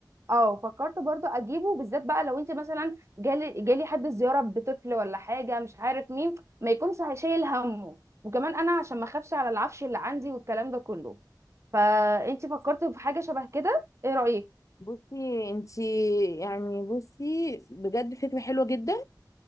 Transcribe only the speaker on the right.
اه فكرت برضو اجيبه بالذات بقى لو انت مثلا جالي جالي حد زياره بطفل ولا حاجه مش عارف مين ما يكونش هيشيل همه وكمان انا عشان ما اخافش على العفش اللي عندي والكلام ده كله فانت فكرت في حاجه شبه كده ايه رايك